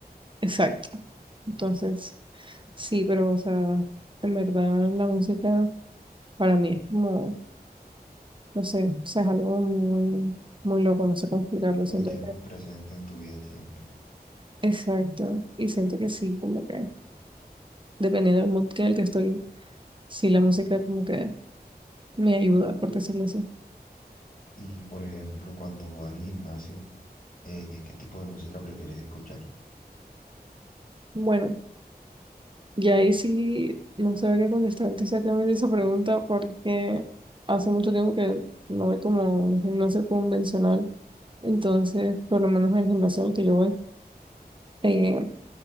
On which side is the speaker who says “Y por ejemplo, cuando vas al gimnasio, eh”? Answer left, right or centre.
Left